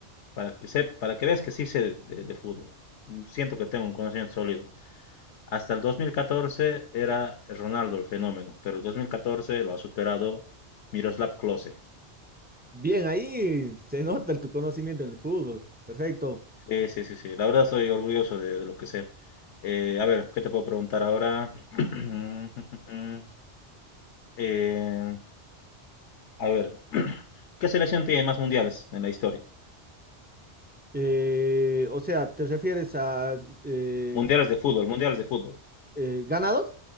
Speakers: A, on the left (about 80°); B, on the right (about 15°).
A: para que, se, para que veas que sí sé de, de fútbol. mm, Siento que tengo un conocimiento sólido. Hasta el 2014 era Ronaldo el fenómeno, pero el 2014 lo ha superado Miroslav Klose.
B: Bien, ahí se nota tu conocimiento en el fútbol. Perfecto.
A: Sí, sí, sí, sí. La verdad soy orgulloso de, de lo que sé. Eh, a ver, ¿qué te puedo preguntar ahora? <clears throat> Eh, a ver, <clears throat> ¿qué selección tiene más mundiales en la historia?
B: Eh, o sea, ¿te refieres a eh,
A: Mundiales de fútbol, mundiales de fútbol.
B: eh, ganados?